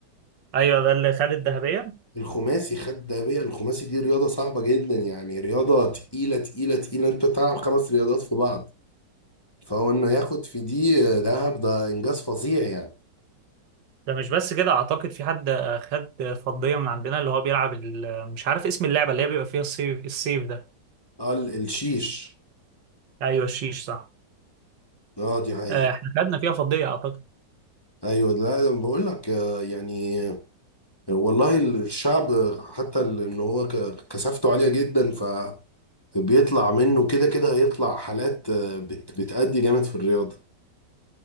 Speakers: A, on the right; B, on the left.
A: ايوه ده اللي خد الذهبيه
B: الخماسي خد دهبية الخماسي دي رياضة صعبة جدا يعني رياضة تقيلة تقيلة تقيلة أنت بتلعب خمس رياضات في بعض فهو إنه ياخد في دي آه، ذهب ده إنجاز فظيع يعني
A: ده مش بس كده اعتقد في حد خد فضيه من عندنا اللي هو بيلعب ال- مش عارف اسم اللعبه اللي هي بيبقى فيها السيف السيف ده
B: قال الشيش
A: ايوه الشيش صح
B: اه دي حقيقة
A: آه، احنا خدنا فيها فضيه اعتقد
B: ايوه لا انا بقول لك آه، يعني والله الشعب حتى ال- ان هو ك- كثافته عاليه جدا فبيطلع منه كده كده هيطلع حالات آه، بت- بتأدي جامد في الرياضه